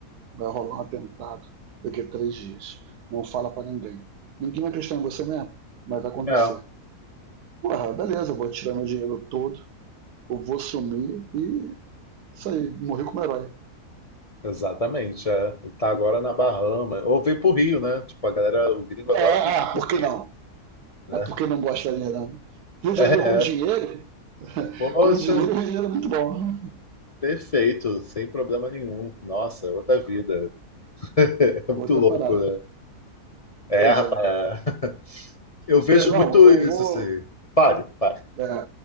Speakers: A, on the right (about 80°); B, on the left (about 35°).
A: vai rolar um atentado daqui a três dias. Não fala pra ninguém. Ninguém vai acreditar em você mesmo, mas vai acontecer.
B: É,
A: Porra, beleza, eu vou tirar meu dinheiro todo, eu vou sumir e isso aí, morri como herói.
B: exatamente, é. E tá agora na Bahama. Ou vem pro Rio, né? Tipo, a galera, o gringo adora
A: É,
B: fugir
A: ah,
B: pro
A: por
B: Rio,
A: que não?
B: né?
A: É
B: <laughs>
A: porque não gosta da verdade. Rio de
B: É,
A: Janeiro com dinheiro,
B: é.
A: <laughs>
B: poxa,
A: com dinheiro, Rio de Janeiro é muito bom.
B: perfeito, sem problema nenhum. Nossa, é outra vida. <laughs> É muito
A: Outra
B: louco,
A: parada.
B: né? É,
A: Pois
B: rapaz.
A: é.
B: Eu vejo
A: Meu irmão,
B: muito
A: eu
B: isso,
A: vou.
B: assim. Pare, pare.
A: é,